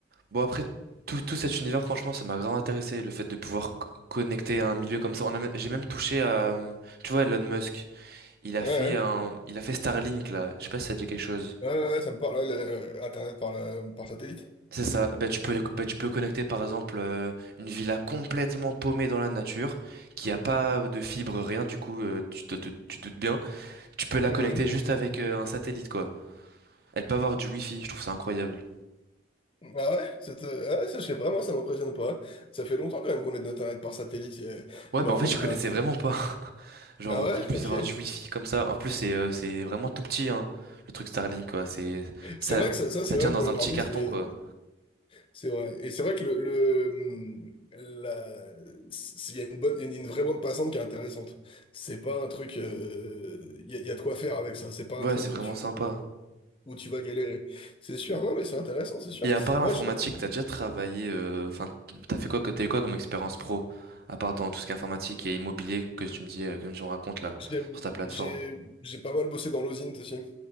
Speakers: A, on the right; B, on the left.
A: bon, après, tout, tout cet univers, franchement, ça m'a grave intéressé. Le fait de pouvoir c- connecter à un milieu comme ça. On a même- j'ai même touché à, euh, tu vois, Elon Musk. Il a
B: Ouais,
A: fait
B: ouais.
A: un, il a fait Starlink là. Je sais pas si ça te dit quelque chose.
B: Ouais, ouais, ouais, ça me parle, ouais, le- euh, Internet par, la- par satellite.
A: C'est ça. Bah, tu peux, bah, tu peux connecter par exemple euh, une villa complètement paumée dans la nature, qui a pas de fibre, rien. Du coup, euh, tu te, te- tu doutes bien. Tu peux la
B: Mhm.
A: connecter juste avec euh, un satellite quoi. Elle peut avoir du wifi. Je trouve ça incroyable.
B: Ah ouais, c'est, euh, ah ouais, ça, je sais pas, moi ça m'impressionne pas. Ça fait longtemps quand même qu'on est d'Internet par satellite. euh,
A: Ouais,
B: bon,
A: bah en
B: à
A: fait,
B: mon-
A: je connaissais
B: ah,
A: vraiment pas. <laughs> Genre
B: ah ouais,
A: qu'on puisse
B: ok.
A: avoir du wifi comme ça. En plus, c'est, euh, c'est vraiment tout petit hein, le truc Starlink quoi. C'est, ça,
B: C'est vrai que ça, ça, c'est
A: ça tient
B: vrai
A: dans
B: pour l'avoir
A: un petit
B: vu,
A: carton
B: c'est
A: quoi.
B: euh, c'est vrai. Et c'est vrai que le, le, hum, la, c'est- il y a une bonne, il y a une vraie bande passante qui est intéressante. C'est pas un truc, euh, il y, a il y a de quoi faire avec ça. C'est pas
A: Ouais,
B: un truc
A: c'est vraiment
B: où tu,
A: sympa.
B: où tu vas galérer. C'est sûr, non mais c'est intéressant, c'est sûr.
A: Et à part l'informatique,
B: Moi,
A: t'as déjà travaillé, euh, enfin, t'as fait quoi, que- t'as eu quoi comme expérience pro, à part dans tout ce qui est informatique et immobilier que tu me dis, euh, que tu me racontes là,
B: J'aime-
A: sur ta plateforme.
B: J'ai j'ai pas mal bossé dans l'osint aussi.